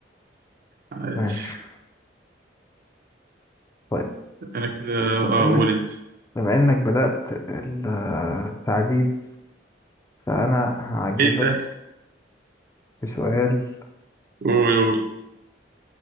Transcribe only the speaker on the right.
عايش
انا كده اه
قول انت
ايه ده
قول قول